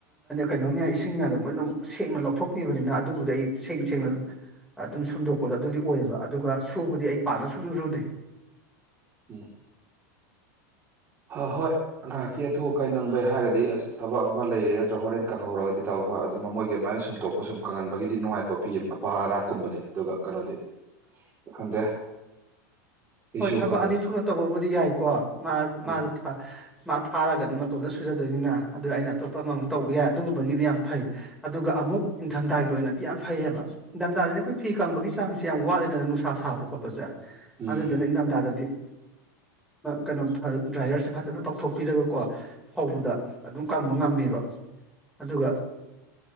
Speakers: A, in the centre; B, on the right (about 20°).
A: ꯀꯩꯅꯣꯝ ꯏꯁꯤꯡ ꯃꯌꯥꯝꯗꯣ ꯃꯣꯏꯅ ꯁꯦꯡꯅ ꯂꯧꯊꯣꯛꯄꯤꯕꯅꯤꯅ ꯑꯗꯨꯕꯨꯗꯤ ꯑꯩ ꯁꯦꯡ ꯁꯦꯡꯅ ꯑꯗꯨꯝ ꯁꯨꯝꯗꯣꯛꯄꯗꯣ ꯑꯗꯨꯗꯤ ꯑꯣꯏꯌꯦꯕ ꯑꯗꯨꯒ ꯁꯨꯕꯨꯗꯤ ꯑꯩ ꯄꯥꯅ ꯁꯨꯔ ꯁꯨꯗꯦ
B: ꯎꯝ ꯑ ꯍꯣꯏ ꯉꯥꯏꯍꯥꯛꯀꯤ ꯑꯊꯨ ꯑꯀꯥꯏ ꯅꯪꯕꯩ ꯍꯥꯏꯔꯒꯗꯤ ꯑꯁ ꯊꯕꯛ ꯑꯃ ꯂꯩꯔꯦ ꯅꯠꯇ꯭ꯔ ꯍꯣꯔꯦꯟ ꯀꯪꯍꯧꯔꯒꯗꯤ ꯇꯧ ꯑꯗꯨꯣ ꯃꯃꯣꯏꯒꯤ ꯑꯗꯨꯃꯥꯏꯅ ꯁꯨꯝꯇꯣꯛꯄ ꯁꯨꯝ ꯀꯪꯍꯟꯕꯒꯤꯗꯤ ꯅꯨꯡꯉꯥꯏꯀꯣ ꯐꯤ ꯑꯄꯥ ꯑꯔꯥꯛꯀꯨꯝꯕꯗꯤ ꯑꯗꯨꯒ ꯀꯩꯅꯣꯗꯤ ꯈꯪꯗꯦ ꯑꯩꯁꯨ
A: ꯍꯣꯏ ꯊꯕꯛ
B: ꯀꯩꯅꯣ
A: ꯑꯅꯤ ꯊꯣꯛꯅ ꯇꯧꯕꯕꯨꯗꯤ ꯌꯥꯏꯀꯣ ꯃꯥ
B: ꯎꯝ
A: ꯃꯥꯗꯨ ꯊ ꯃꯥ ꯊꯥꯔꯒꯅ ꯃꯇꯣꯟꯝꯗ ꯁꯨꯖꯗꯣꯏꯅꯤꯅ ꯑꯗꯨ ꯑꯩꯅ ꯑꯇꯣꯞꯄ ꯑꯃꯃꯝꯛ ꯇꯧꯕ ꯌꯥꯏ ꯑꯗꯨꯒꯨꯝꯕꯒꯤꯗꯤ ꯌꯥꯝ ꯐꯩ ꯑꯗꯨꯒ ꯑꯃꯨꯛ ꯏꯟꯊꯝꯊꯥꯒꯤ ꯑꯣꯏꯅꯗꯤ ꯌꯥꯝ ꯐꯩꯑꯕ ꯏꯟꯊꯝꯊꯥꯁꯤꯗ ꯑꯩꯈꯣꯏ ꯐꯤ ꯀꯪꯕꯒꯤ ꯆꯥꯡꯁꯦ ꯌꯥꯝ ꯋꯥꯠꯂꯤꯦꯗꯅ ꯅꯨꯡꯁꯥ ꯁꯥꯕ ꯈꯣꯠꯄꯁꯦ
B: ꯎꯝ
A: ꯑꯗꯨꯗꯅ ꯏꯪꯊꯝꯊꯥꯗꯗꯤ ꯀꯩꯅꯣ ꯗ꯭ꯔꯥꯏꯌꯔꯁꯦ ꯐꯖꯅ ꯇꯧꯊꯣꯛꯄꯤꯔꯒꯀꯣ ꯐꯥꯎꯕꯗ ꯑꯗꯨꯝ ꯀꯪꯕ ꯉꯝꯃꯦꯕ ꯑꯗꯨꯒ